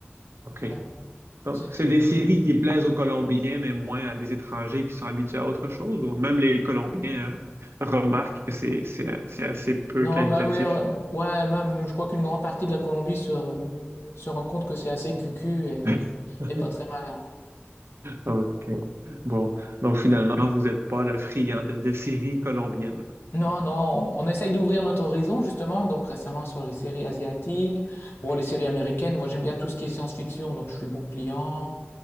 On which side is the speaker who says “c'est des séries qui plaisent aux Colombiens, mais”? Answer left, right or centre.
Right